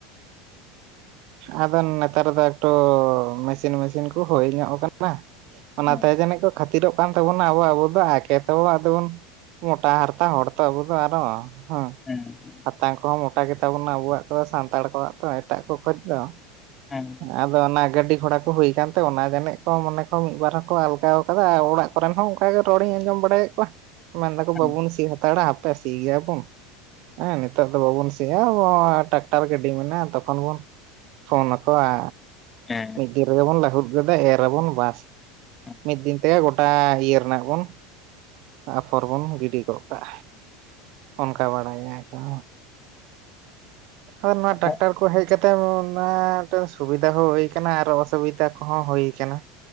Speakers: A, on the right; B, on the left.
A: ᱟᱫᱚ ᱱᱮᱛᱟᱨ ᱫᱚ ᱮᱠᱴᱩ ᱢᱮᱥᱤᱱ ᱢᱮᱥᱤᱱ ᱠᱚ ᱦᱳᱭ ᱧᱚᱜ ᱠᱟᱱᱟ᱾ ᱱᱟ ᱚᱱᱟᱛᱮ
B: ᱦᱮᱸ
A: ᱡᱟᱱᱤᱜ ᱠᱚ ᱠᱷᱟᱹᱛᱤᱨᱚᱜ ᱠᱟᱱ ᱛᱟᱵᱚᱱᱟ ᱟᱵᱚ ᱟᱵᱚ ᱫᱚ ᱮᱠᱮ ᱛᱚ ᱟᱫᱚ ᱵᱚᱱᱼᱼ ᱢᱳᱴᱟ ᱦᱟᱨᱛᱟ ᱦᱚᱲ ᱛᱚ ᱟᱵᱚ ᱫᱚ ᱟᱨ ᱦᱚᱸ ᱦᱸᱩ
B: ᱦᱮᱸ <inaudible>
A: ᱴᱟᱝ ᱠᱚᱦᱚᱸ ᱢᱚᱴᱟ ᱜᱮᱛᱟ ᱵᱚᱱᱟ ᱟᱵᱚᱣᱟᱜ ᱫᱚ ᱥᱟᱱᱛᱟᱲ ᱠᱚᱣᱟᱜ ᱛᱚ ᱮᱴᱟᱜ ᱠᱚ ᱠᱷᱚᱡ ᱫᱚ
B: ᱦᱮᱸ
A: ᱟᱫᱚ ᱚᱱᱟ ᱜᱟᱹᱰᱤ ᱜᱷᱚᱲᱟ ᱠᱚ ᱦᱩᱭ ᱟᱠᱟᱱᱛᱮ ᱚᱱᱟ ᱜᱟᱱᱤᱡ ᱠᱚ ᱢᱚᱱᱮ ᱠᱚ ᱢᱤᱫ ᱵᱟᱨ ᱦᱚᱸᱠᱚ ᱟᱞᱜᱟᱟᱣ ᱟᱠᱟᱫᱟ ᱚᱲᱟᱜᱼᱼ ᱠᱚᱴᱦᱮᱱ ᱦᱚᱸ ᱚᱱᱠᱟ ᱜᱮ ᱨᱚᱲᱤᱧ ᱟᱸᱡᱚᱢ ᱵᱟᱲᱟᱭᱮᱫ ᱠᱚᱣᱟ᱾ ᱢᱮᱱ ᱫᱟᱠᱚ
B: ᱦᱮᱸ
A: ᱵᱟᱵᱩᱱ ᱥᱤ ᱦᱟᱛᱟᱲᱟ ᱦᱟᱯᱮ ᱥᱤ ᱜᱮᱭᱟᱵᱚᱱ ᱦᱮᱸ ᱱᱮᱛᱟᱨ ᱫᱚ ᱵᱟᱵᱩᱱ ᱥᱤᱼᱼ ᱥᱮ ᱟᱵᱚ ᱴᱨᱟᱠᱴᱟᱨ ᱜᱟᱹᱰᱤ ᱢᱮᱱᱟᱜᱼᱟ ᱛᱚᱠᱷᱚᱱ ᱵᱚᱱᱼ ᱯᱷᱳᱱ ᱟᱠᱚ-ᱟ᱾
B: ᱮᱸ
A: ᱢᱤᱫ ᱫᱤᱱ ᱨᱮᱜᱮ ᱵᱚᱱ ᱞᱟᱦᱩᱫ ᱜᱚᱫᱟ ᱮᱨᱟᱵᱚᱱ ᱵᱟᱥ?
B: ᱦᱮᱸ
A: ᱢᱤᱫ ᱫᱤᱱ ᱛᱮᱜᱚ ᱜᱚᱴᱟ ᱤᱭᱟᱹ ᱨᱮᱱᱟᱜ ᱵᱚᱱ? ᱟᱯᱷᱚᱨ ᱵᱚᱱ ᱜᱤᱰᱤ ᱜᱚᱜ ᱠᱟᱜᱼᱟ ᱚᱱᱠᱟ ᱵᱟᱲᱟᱭᱟ ᱛᱚ᱾ ᱟᱨ ᱱᱚᱣᱟ
B: ᱟᱫᱚ
A: ᱴᱟᱠᱴᱟᱨ ᱠᱚ ᱦᱮᱜ ᱠᱟᱛᱮᱜ ᱚᱱᱟ ᱫᱚ ᱥᱩᱵᱤᱫᱟ ᱦᱚᱸ ᱦᱩᱭ ᱟᱠᱟᱱᱟ᱾ ᱦᱮᱜ ᱠᱟᱱᱟ ᱟᱨ ᱚᱥᱩᱵᱤᱫᱟ ᱠᱚᱦᱚᱸ ᱦᱳᱭ ᱠᱟᱱᱟ